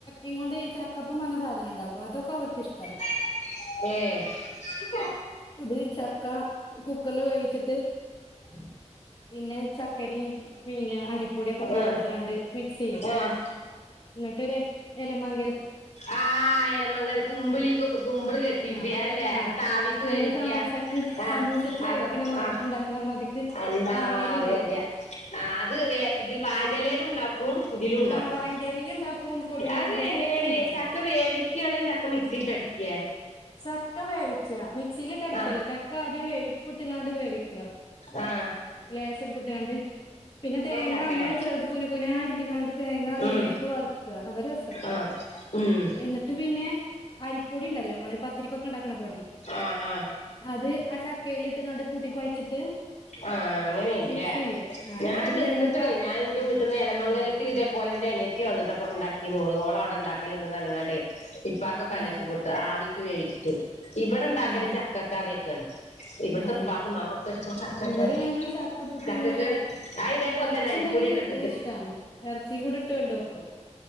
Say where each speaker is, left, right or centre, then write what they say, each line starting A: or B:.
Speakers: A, on the left (about 45°); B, on the left (about 80°).
A: ഇങ്ങ കൊൊണ്ട് ചക്കപ്പ മനണ സാധനം ഉണ്ടാക്കും അതൊക്കെ അവർക്ക് ഇഷ്ടം
B: ഏഹ്ഹ്
A: ഇത് ചക്ക കുക്കറില് വേവിച്ചിട്ട്
B: ഉം
A: പിന്നെ ചക്കരി പിന്നെ അരിപ്പ പൊടിയൊക്കെ പടത്ത്ണ്ട്
B: ആഹ്
A: മിക്സ് ചെയ്യും
B: ആഹ്
A: എന്നിട്ട് ഇലമങ്ക
B: ആഹ എലമങ്ക കുമ്പിളി കുമ്പിള് കെട്ടിട്ട
A: ആഹ്
B: അല്ലേ
A: ആഹ്
B: താവി
A: നമ്മള്
B: ഇക്ക
A: സമൂസക്ക്
B: ആഹ
A: സമൂസക്ക്
B: ആ
A: വേവിക്കണ മാ
B: ആ
A: ഉണ്ടാക്കണ മാതിക്ക്
B: എന്താ
A: ആവിയില്
B: അറിയറിയാ
A: വേവിക്കും
B: ആ അത് ഇതിൽ വായറലലും ഉണ്ടാക്കും ഇ പുതിലും ഉണ്ടാക്കും
A: ആഹ് വാഴന്റെലേല് ഉണ്ടാക്കും പൊടിയണ്ണേന്റെലേല്
B: അത് എങ്ങനെയാണ്
A: ഒക്കെ ഉണ്ടാക്കും
B: ചക്ക വേവി ഒക്ക ചക്ക മക്സിറ്റ്ട എ
A: ചക്ക വേവിച്ച മിക്സിയിലിട്ട അടിച്ചല്ലോ
B: ആ
A: ചക്ക ആദ്യം വേപ്പ് ഇട്ട്ണ്ട് വേവിക്കുക
B: ആഹ
A: ലേശംപ്പൊട്ട കാണ്ട് പിന്നെ തേങ്ങ
B: ചക്കര
A: നമ്മള് ചെറത് കുന കുന അരിഞ്ഞക്കാണ്ട് തേങ്ങാ നെയയിലിട്ട്
B: ഉം
A: വറക്കുക അതൊ രസം
B: ആ ഉം
A: എന്നിട്ട് പിന്നെ അരിപ്പൊടി ഉണ്ടല്ലോ നമ്മള് പത്തിരിക്കൊക്കെ ഉണ്ടാക്കണ പൊടി
B: ആ ആ
A: അത് ആ ചക്കയില ഇട്ട്ങ്ങാണ്ട് കൂട്ടി കുഴച്ചിട്ട്
B: ആഹ അങ്ങനെയന്നല്ലേ
A: മിക്സ് ചെയ്യ ആ
B: ഞാൻ
A: എന്നിട്ട്
B: തിന്നിക്കണേ
A: പിന്നെ നമ്മള് പ
B: ഞാൻ എന്റെ വീട്ട നിന്ന് എലമംഗലത്തി
A: ആഹ്
B: ഇേ പോലെന്റെ അനിയ ഈ വന്നിട്ട്പ്പ ഉണ്ടാക്കി നോുഓള അവിടെ ഉണ്ടാക്കലുണ്ട്ന്ന്ണങ്ങാട്ടെ ഇപ്പാക്കക്കെല്ല
A: ആഹ്
B: ഇഷ്ടപ്പെട്ട് ആ വേവിച്ചിട്ട് ഇവിടെ ഉണ്ടാക്കല
A: ആഹ്
B: ചക്കക്കാരൊക്കെയാണ് ഇവിടത്തെ
A: ആഹ്
B: ഉപ്പാക്കുംമാക്കൊക്കെ ഇ തക്കക്കറി
A: ഇവിടെ ഞങ്ങള് ചക്ക
B: തക്കക്കറി
A: പിന്നെ
B: ആയിതേപ്പത്തനെ
A: ഇറച്ചി
B: ആയിത്
A: ഉണ്ടെങ്കി
B: പൊടിയ കട്ടട്ട
A: ഇഷ്ടാണ് ഇറച്ചി കൂടി ഇട്ട് കൊണ്ട് വെക്കും